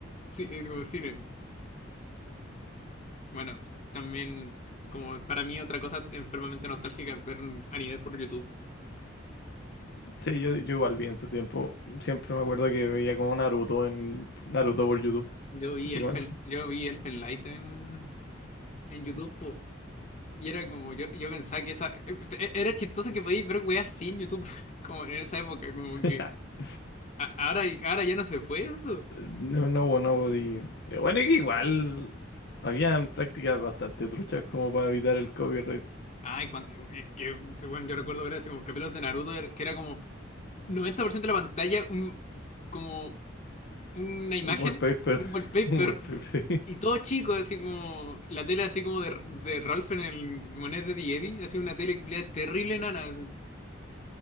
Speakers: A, on the left (about 35°); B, on the left (about 60°).
A: Sí, es como cine. Bueno, también, como para mí otra cosa enfermamente nostálgica es ver a nivel por YouTube.
B: Sí, yo, yo igual vi en su tiempo. Siempre me acuerdo que veía como Naruto en Naruto por YouTube.
A: Yo vi
B: Así
A: Elfen,
B: como
A: yo vi Elfen Light en, en YouTube, po, y era como, yo, yo pensaba que esa... e- e- Era chistoso que podíais ver weas así en YouTube, <laughs> como en esa época, como
B: <laughs>
A: que... a- ahora, ahora ya no se puede eso.
B: no, no, bueno, podí- Bueno, y que igual habían prácticas bastante truchas como para evitar el copyright.
A: Ay, cuando... eh, que, bueno, yo recuerdo ver así como capítulos de Naruto, era- que era como 90% de la pantalla, un, como una imagen,
B: Un wallpaper.
A: un wallpaper.
B: <laughs> Un wallpaper, sí.
A: Y todo chico, así como la tele así como de, de Ralph en el como en Ed, Eddie y Eddie, así una tele culiada terrible nana, así,